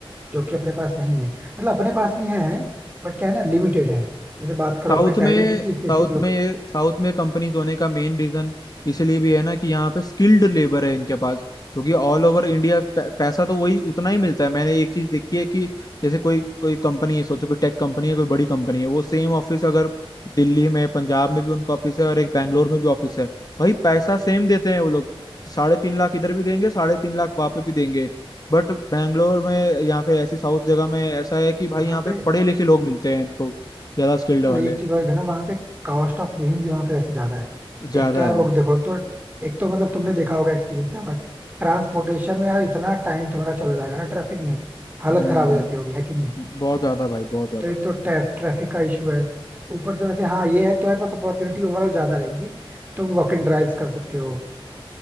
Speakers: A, on the right; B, on the left.
A: जो कि अपने पास नहीं है मतलब अपने पास भी है बट क्या है ना लिमिटेड है जैसे बात करो
B: साउथ
A: अपने साइड
B: में
A: में क्योंकि स्पेसिफिक
B: साउथ
A: लोग
B: में ये साउथ में कंपनीज होने का मेन रीजन इसलिए भी है ना कि यहाँ पे स्किल्ड लेबर है इनके पास क्योंकि ऑल ओवर इंडिया पैसा तो वही उतना ही मिलता है मैंने एक चीज देखी है कि जैसे कोई कोई कंपनी है सोचो कोई टेक कंपनी है कोई बड़ी कंपनी है वो सेम ऑफिस अगर दिल्ली में पंजाब में भी उनका ऑफिस है और एक बैंगलोर में भी ऑफिस है भाई पैसा सेम देते हैं वो लोग साढ़े तीन लाख इधर भी देंगे साढ़े तीन लाख वहां पे भी देंगे बट बैंगलोर में या फिर ऐसी साउथ जगह में ऐसा है कि भाई
A: यहाँ
B: यहाँ पे
A: पे
B: पढ़े लिखे लोग मिलते हैं इनको ज्यादा स्किल्ड वाले
A: ले एक चीज और है ना वहाँ पे कॉस्ट ऑफ लिविंग भी वहाँ पे वैसे ज्यादा है
B: ज्यादा
A: एक तो यार
B: है
A: वो देखो तो एक तो मतलब तुमने देखा होगा एक्सपीरियंस क्या बट ट्रांसपोर्टेशन में यार इतना टाइम तुम्हारा चला जाएगा ना ट्रैफिक में हालत
B: हम्म
A: खराब हो जाती होगी है कि नहीं
B: बहुत ज्यादा भाई बहुत ज्यादा
A: तो एक तो ट्रैफिक का इशू है ऊपर से वैसे हाँ ये है तुम्हारे पास अपॉर्चुनिटी ओवरऑल ज्यादा रहेंगी तुम वॉक इन ड्राइव्स कर सकते हो